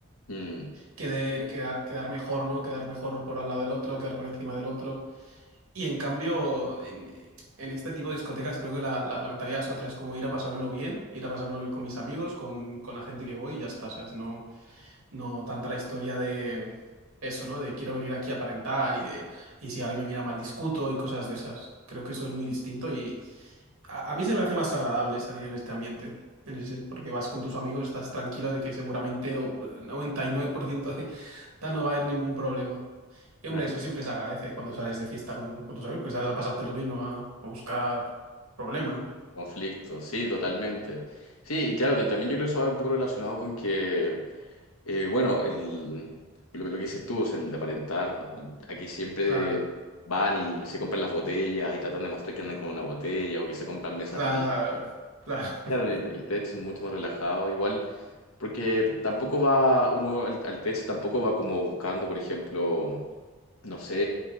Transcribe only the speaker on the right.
querer quedar, quedar mejor, ¿no? Quedar mejor por al lado del otro, quedar por encima del otro. Y en cambio, en, en este tipo de discotecas creo que la, la- la mentalidad es otra, es como ir a pasármelo bien, ir a pasármelo bien con mis amigos, con, con la gente que voy y ya está, ¿sabes? No, no tanta la historia de eso, ¿no? De quiero venir aquí a aparentar y de y si alguien me mira mal discuto y cosas de esas. Creo que eso es muy distinto y a, a mí se me hace más agradable salir en este ambiente. En ese, porque vas con tus amigos, estás tranquilo de que seguramente o- el 99% de tal no va a haber ningún problema. Y hombre,
eso siempre se agradece cuando sales de fiesta con, con tus amigos, pues sales a pasártelo bien, no a, a buscar problemas.
Claro,
claro, claro. <laughs>